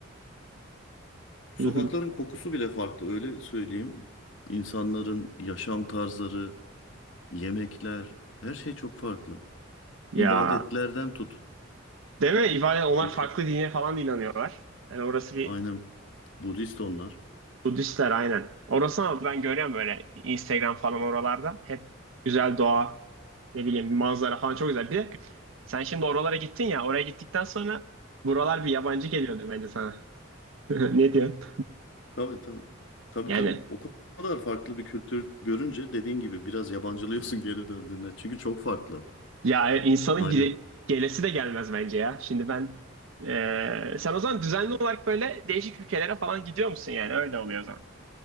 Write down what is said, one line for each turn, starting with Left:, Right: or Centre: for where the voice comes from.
Left: sokakların
Right: Hı hı.
Left: kokusu bile farklı. Öyle söyleyeyim. İnsanların yaşam tarzları, yemekler, her şey çok farklı.
Right: Ya
Left: İbadetlerden tut.
Right: değil mi? İbade, onlar
Left: Değişik.
Right: farklı dine falan da inanıyorlar. Yani orası bir
Left: Aynen. Budist onlar.
Right: Budistler aynen. Orası ama ben görüyorum böyle Instagram falan oralarda. Hep güzel doğa, ne bileyim manzara falan çok güzel. Bir de sen şimdi oralara gittin ya, oraya gittikten sonra buralar bir yabancı geliyordur bence sana. <laughs> Ne diyorsun?
Left: Tabii tabii. Tabii
Right: Yani
Left: tabii. O kadar farklı bir kültür görünce dediğin gibi biraz yabancılıyorsun <laughs> geri döndüğünde. Çünkü çok farklı.
Right: ya insanın
Left: Aynen.
Right: gide- gelesi de gelmez bence ya. Şimdi ben eee, sen o zaman düzenli olarak böyle değişik ülkelere falan gidiyor musun yani? Öyle oluyor o zaman.